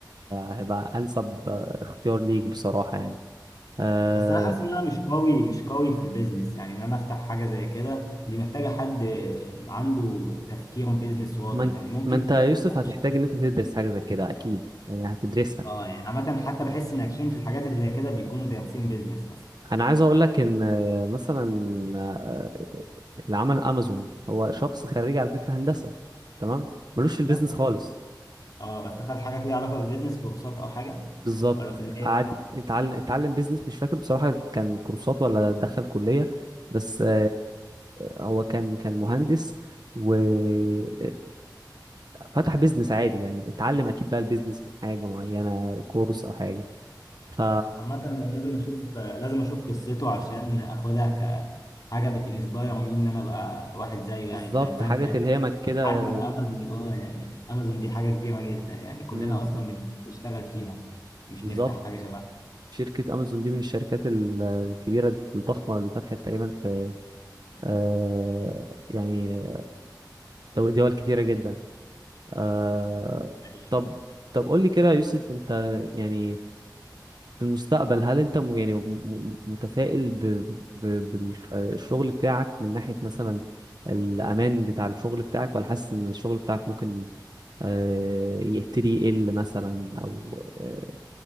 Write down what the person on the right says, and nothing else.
هيبقى انسب اختيار ليك بصراحة يعني آه،
ما انت
ما انت يا يوسف
هتحتاج ان انت تدرس حاجة زي كده اكيد يعني هتدرسها
انا عايز اقول لك ان آه، مثلا آه، اللي عمل امازون هو شخص خريج على فكره هندسه تمام ملوش في البيزنس
خالص
بالظبط
قعد اتعلم اتعلم بيزنس مش فاكر بصراحه كان كورسات ولا دخل كليه بس آه، آه، هو كان كان مهندس و آه، آه، فتح بيزنس عادي يعني اتعلم اكيد بقى البيزنس من حاجه معينه كورس او حاجه ف
بالظبط
حاجه
تلهمك
كده
مم،
بالظبط
شركة أمازون دي من الشركات ال- الكبيرة الضخمة اللي فتحت تقريبا في آه يعني دو- دول كتيرة جدا آه
طب طب قول لي كده يا يوسف أنت يعني في المستقبل هل أنت م- يعني م- م- متفائل بالشغل بتاعك من ناحية مثلا الأمان بتاع الشغل بتاعك ولا حاسس إن الشغل بتاعك ممكن آه يبتدي يقل مثلا أو آه،